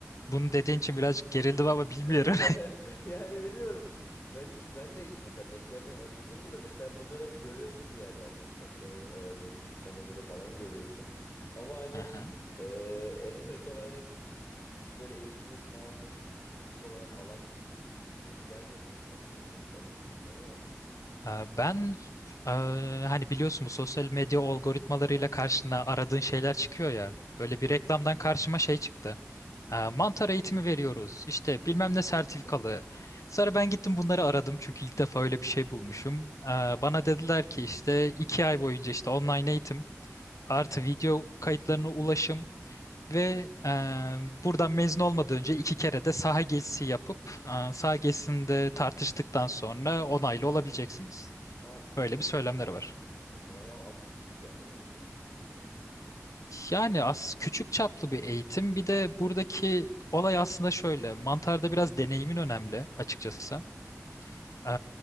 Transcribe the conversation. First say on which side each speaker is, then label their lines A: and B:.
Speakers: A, on the left; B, on the left.
A: bunu dediğin için birazcık gerildim ama bilmiyorum.
B: <laughs> Yani bilmiyorum. Ben hiç ben de hiç mesela denk gelmiyorum. Hani dediğin gibi mesela bunları hep görüyorsun bir yerlerde. İşte atıyorum e, böyle sosyal medyada falan görüyorsun. Ama hani
A: Aha.
B: e, e Onay'la gi- hiç böyle eğitime falan böyle spesifik olarak alan kişi denk gelmedim yani ben. Sen denk geldi mi bilmiyorum ama.
A: Ee, Ben e, hani biliyorsun bu sosyal medya algoritmalarıyla karşına aradığın şeyler çıkıyor ya. Böyle bir
B: Aha.
A: reklamdan karşıma şey çıktı. Ee, Mantar eğitimi veriyoruz. İşte bilmem ne sertifikalı.
B: <laughs>
A: Sonra ben gittim bunları aradım çünkü ilk defa öyle bir şey bulmuşum. Ee, Bana dediler ki işte iki ay boyunca işte online eğitim artı video kayıtlarına ulaşım ve e, buradan mezun olmadan önce iki kere de saha gezisi yapıp e, saha gezisinde tartıştıktan sonra onaylı olabileceksiniz.
B: Abi iki,
A: Böyle bir söylemleri
B: iki kere
A: var.
B: mi? Ya bayağı az gibi geldi bana şu an ama.
A: Yani az küçük çaplı bir eğitim. Bir de buradaki olay aslında şöyle. Mantarda biraz deneyimin önemli açıkçası.
B: <laughs>
A: Ee,